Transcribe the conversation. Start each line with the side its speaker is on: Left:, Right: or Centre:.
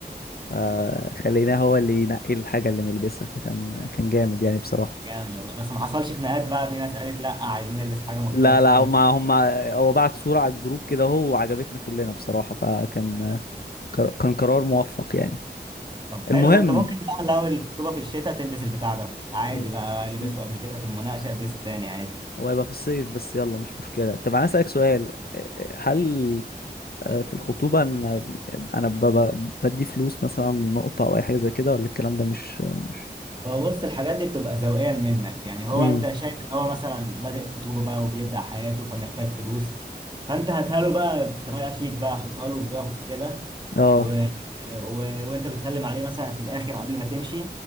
Left: آه خليناه هو اللي ينقي الحاجة اللي نلبسها فكان كان جامد يعني بصراحة
Right: جامد والله بس ما حصلش خناقات بقى في ناس قالت لا عايزين نلبس حاجة مختلفة
Left: لا لا هم
Right: مش عارف.
Left: هم هو بعت صورة على الجروب كده هو وعجبتنا كلنا بصراحة فكان كر- كان قرار موفق يعني
Right: طب حلو
Left: المهم
Right: ده انت ممكن بقى لو الخطوبة في الشتاء تلبس البتاع ده عادي
Left: م-
Right: بقى لبسته
Left: م-
Right: قبل كده في المناقشة البسه تاني عادي
Left: هو هيبقى في الصيف بس يلا مش مشكلة طب أنا أسألك سؤال هل آه، في الخطوبة أنا أنا ب- ب- بدي فلوس مثلا نقطة أو أي حاجة زي كده ولا الكلام ده مش مش
Right: هو بص الحاجات دي بتبقى ذوقيا منك يعني هو
Left: امم
Right: انت شايف ان هو مثلا بادئ خطوبة بقى وبيبدأ حياته فمحتاج فلوس فانت هاتها له بقى بطريقة شيك بقى حطها له في ظرف كده
Left: اه
Right: و... و... وانت بتسلم عليه مثلا في الاخر قبل ما تمشي